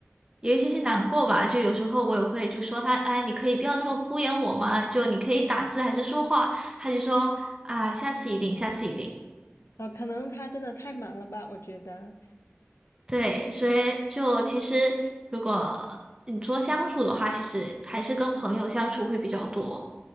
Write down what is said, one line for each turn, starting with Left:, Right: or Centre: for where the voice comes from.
Right: 有一些些难过吧。就有时候我也会就说他，哎，你可以不要这么敷衍我嘛，就你可以打字还是说话，他就说啊，下次一定，下次一定。
Left: 呃，可能他真的太忙了吧，我觉得。
Right: 对，所以就其实如果你说相处的话，其实还是跟朋友相处会比较多。